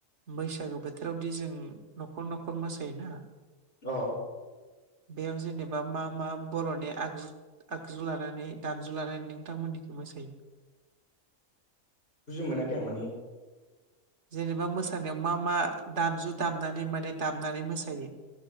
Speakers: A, on the right (about 55°); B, on the left (about 45°).
A: बैसागो बोथोरावदि जों न'खर न'खर मोसायोना।
B: अ।
A: बेयाव जेनेबा मा मा बर'नि आगजु आगजु लानानै दामजु लानानै नोंथांमोननिखौ मोसायो
B: बुजि मोनाखै आं माने
A: जेनेबा मोसानायाव मा मा दामजु दामनानै माने दामनानै मोसायो।